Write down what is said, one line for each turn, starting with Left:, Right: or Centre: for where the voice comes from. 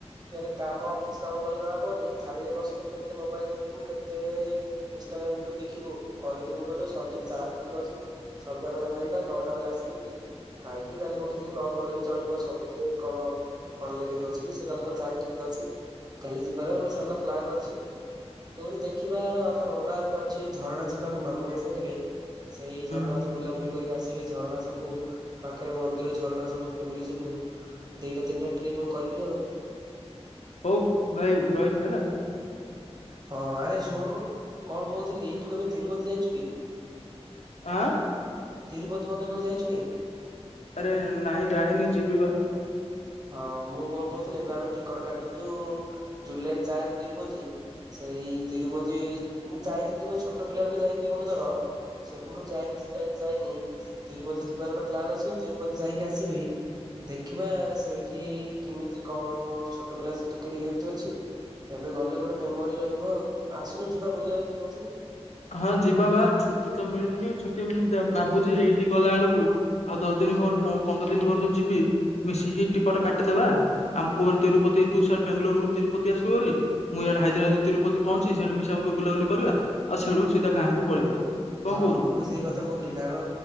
Right: ଇଆଡେ କାମ ଅଫିସ କାମ ଭ ଜଣା ପବନି ଖାଲିରେ ବସିଲେ କେତେ ମୋବାଇଲ ଧଥିବୁ କେତେଇା ୁୁବ ଦେଖିବୁ କହିଲୁ ମୁଁ କହିଲି ସନ୍ଦୀପ ଚାଲ ଠିକ ଅଛି। ସନ୍ଧ୍ୟା ବେଳେ ବାହାରିବା ନଅଟା ବେଳେ ଆସିଯି ଖାଇକି କାଲି ଗୋଟେ ଦିନ ନ ପଡ଼ିଲେ ବି ଚଳିବ ସବୁଦିନ କଣ ପାଢିଲେ କି ହଉଛି କି ସେ କ ହଉ ଚାଲ ଠିକ କାଲି ଯିବାର ଗୋଟେ ସାନ ପ୍ଲାନ ଅଛି। ପୁଣି ଦେଖିବା ଅଥ ମଙ୍ଗଳା ଦିନ ଅଛି ଝରଣା ଯିବାକୁ ମାମୁଁ ମାଇ ସାଙ୍ଗରେ ସେଇ ଝରଣା
Left: ହୁଁ
Right: ି ଆସିବି ଝ ସବୁ ପାଖରେ ମନ୍ଦିର ଝରଣା ସବୁ ଫାମିଲି ଯିବୁ ଦିଟା ତିନିଟା ଟ୍ରିପ କରିବି ଆଉ।
Left: ହଉ ଭାଇ ରହିଲି ହେଲା।
Right: ହଁ ଆରେ ଶୁଣୁନୁ କଣ କହୁଥିଲି ତୁ କେବେ ତିରୁପତି ଜୟୀ ଚୁ କି?
Left: ଆଁ
Right: ତିରୁପତି ମନ୍ଦିର କେବେ ଯାଇଛୁ କି?
Left: ଆରେ ନାଇଁ ଜାଇନୀ ଯିବି ପା
Right: ହଁ ମୁଁ କଣ କହୁଥିଲି ଏବେ ଆମେ ଟିକଟ କାଟିଛୁ ଜୁଲାଇ ଚାରି ତିରୁପତି ସେଇ ତିରୁପତି ଯାଇଥିଲି ମୁ ଛୋଟ ପିଲା ବଳେ ଯାଇଥିଲି ଗୋଟେ ଥର ସେପଟୁ ଯାଇ ଯାଇନି ତିରୁପତି ଯିବାର ଗୋଟେ ପ୍ଲାନ୍ ଅଛି ତିରୁପତି ଯାଇକି ଆସିବି ଦେଖିବା ସେଇଠି କେମିତି କଣ ଛୋଟ ପିଲା ଟିକେ ଟିକ ହେତ ଅଛି ଏବେ ଗଲେ ଗୋଟେ ମେମୋରି ରହିବ ଆଉ ଆସୁନୁ ଯିବା ବୁଲିବାକୁ ତିରୁପତି।
Left: ହଁ ଯିବା ବା ଛୁଟି ତ ମିଳୁନି ଛୁଟି ମୁଁ ଭାବୁଛି ଏଇଠି ଗଲା ବେଳକୁ ଆଉ ଦଶ ଦିନ ପନ୍ଦର ଦିନ ପରେ ଯୋଉ ଯିବି ମିଶିକି ଟିକଟ କାଟିଦେବା ଆମ ପୁ ତିରୁପତି ତୁ ବେଙ୍ଗାଲୋରୁ ତିରୁପତି ଆସିବ ବୋଲିରି ମୁଁ ଆଡେ ହାଇଦ୍ରାବାଦ ତିରୁପତି ପହଞ୍ଚି ସେଠା ମିଶା ବୁଲାବୁଲି କରିବା ଆଉ ସେଇଠୁ ସିଧା ଗାଁ କୁ ପଳେଇବା। କଣ
Right: ହଁ
Left: କହୁଛୁ
Right: ମୁଁ ବି ସେଇ କଥା କହୁଥିଲି କାରଣ